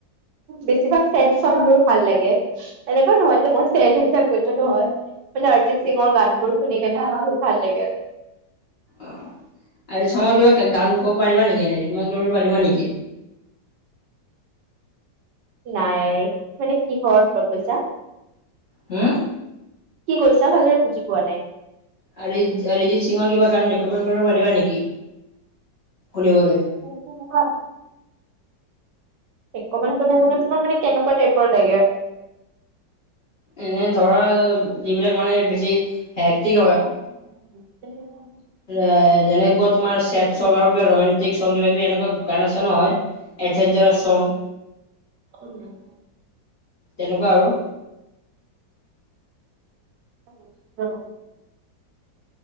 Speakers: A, on the right (about 75°); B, on the left (about 45°).
A: বেছিভাগ চেড ছং বোৰ ভাল লাগে। এনেকুৱা নহয় যে মই চেড হৈ থাকো এইটো নহয়। মনে আৰ্জিত সিঙৰ গান বোৰ শুনি কেনে বহুত ভাল লাগে আৰু।
B: অহ, আৰ্জিত চঙৰ কিবা গান ক'ব পাৰিবা নেকি এনে, ৰিকমেণ্ কৰিব পাৰিবা নেকি?
A: নাই মানে কিহৰ ওপৰত কৈছা?
B: হম?
A: কি কৈছা ভাল দৰে বুজি পোৱা নাই।
B: আৰি আৰিজিত সিঙৰ কিবা গান ৰেক'মেণ্ড কৰিব পাৰিবা নেকি? শুনিবলৈ।
A: <unintelligible> ৰেকমেণ্ড কৰিবলে মানে তোমাক মানে কেনেকুৱা টাইপৰ লাগে?
B: এনে ধৰা যিবিলাক মানে বেছি হেক্টিক
A: <inaudible>
B: এ যেনেকোৱা তোমাৰ চেড ছং আৰু কিবা ৰোমেণ্টিক ছং কিবা কিবি এনকুৱা গান আছে নহয়, এডভেঞ্চাৰছ ছং।
A: <unintelligible> <inaudible>
B: তেনকুৱা আৰু।
A: <unintelligible>